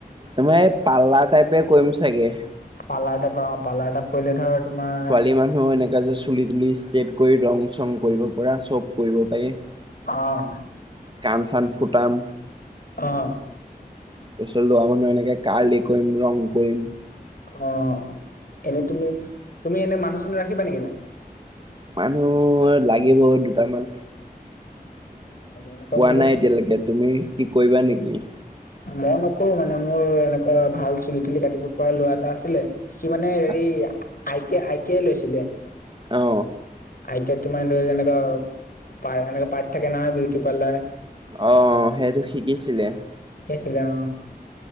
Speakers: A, on the right (about 30°); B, on the left (about 65°).
A: তোমাৰ এই পাৰ্লাৰ টাইপে কৰিম চাগে।
B: পাৰ্লাৰ টাইপ অ, পাৰ্লাৰ টাইপ কৰিলে ধৰ তোমাৰ
A: এই মানুহো এণেকা যে চুলি -তুলি ষ্ট্ৰেট কৰি ৰং -চং কৰিব পৰা চব কৰিব পাৰি।
B: অ',
A: কাণচান ফুটাম।
B: অ',
A: তাৰপিছত ল'ৰা মানুহ এনেকা কাৰ্লি‌ কৰিম ৰং কৰিম।
B: অ', এনে তুমি -তুমি এনে মানুহ -চানুহ ৰাখিবা নেকি তাত?
A: মানুহ লাগিবই দুটামান।
B: এনেকুৱা
A: পোৱা
B: অ মোৰ
A: নাই এতিয়ালৈকে তুমি কি কৰিবা নেকি?
B: মই নকৰো মানে মোৰ এনেকুৱা ভাল চুলি তুলি কাটিব পৰা ল'ৰা এটা আছিলে। সি মানে হেৰি
A: আছ
B: আইটিয়া আইটিয়া লৈছিলে।
A: অ
B: আই তিয়াত তোমাৰ দৰে যেনেকুৱা পা এনেকুৱা পাৰ্ট থাকে নহ বিউটি পাৰ্লাৰ
A: অ সেইটো শিকিছিলে
B: শিকিছিলে অ